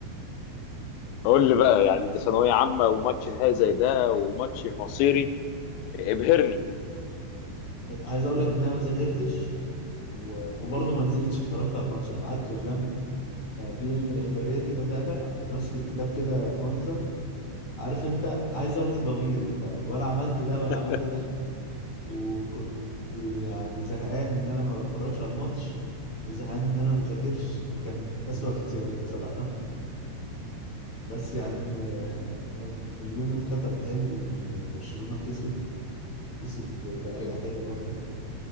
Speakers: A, on the left (about 90°); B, on the left (about 40°).
A: قول لي بقى يعني انت ثانويه عامه وماتش نهائي زي ده وماتش مصيري ابهرني
B: <laughs> عايز أقول لك إن أنا ما ذاكرتش و... وبرضه ما نزلتش اتفرجت على الماتش أنا قعدت قدام آه، بي ان الاخباريه دي بتابع وماسك الكتاب كده منظر عارف انت عايز ارضي ضميري ف... ولا عملت ده
A: <laughs>
B: ولا عملت ده وكنت يعني زهقان ان انا ما بتفرجش على الماتش وزهقان ان انا ما بذاكرش فكان اسوأ اختيار بصراحه بس يعني آه، كان اليوم اتختم حلو وان برشلونه كسب كسب باريحيه برضه